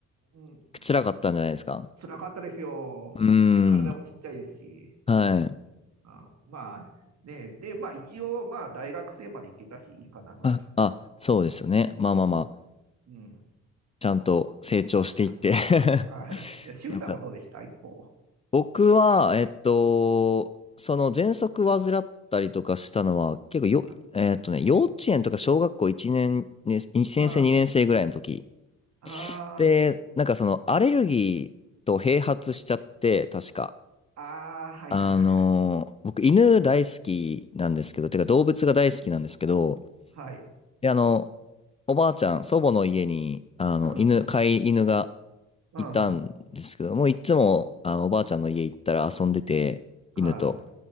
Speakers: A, on the right; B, on the left.
A: うん
B: 辛かったんじゃないですか
A: 辛かったですよ。
B: うーん、
A: で、体もちっちゃいですし。
B: はい。
A: あ、まあ、ね、で、まあ一応、まあ大学生まで行けたし、いいかなぐらいの。
B: あ、あ、そうですよね。まあまあまあ、
A: うん。うん。
B: ちゃんと成長していって
A: たあ、
B: <laughs>
A: しゅうさんはどうでした一方。
B: よかった。僕は、えっと、
A: うん。
B: その喘息患ったりとかしたのは、結構よ、
A: あ、
B: えっとね、幼稚園とか小学校1年、ね、1年生、
A: あ、
B: 2年生ぐらいの時。
A: あー、
B: で、なんかそのアレルギーと併発しちゃって、確か。
A: あー、はいはいはいはい。
B: あのー、僕犬大好きなんですけど、てか動物が大好きなんですけど、
A: はい。
B: で、あの、おばあちゃん、祖母の家に、あの、
A: うん。
B: 犬、
A: うん。
B: 飼い犬が
A: は
B: いたんですけど、もういつも、あの、おばあちゃんの家行ったら遊んでて、
A: い。
B: 犬と。
A: は